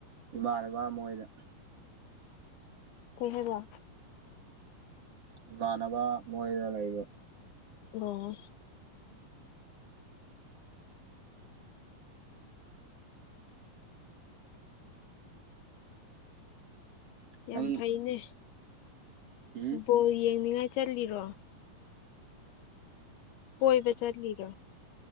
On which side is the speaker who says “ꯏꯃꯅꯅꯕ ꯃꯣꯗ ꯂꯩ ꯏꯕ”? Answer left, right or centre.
Right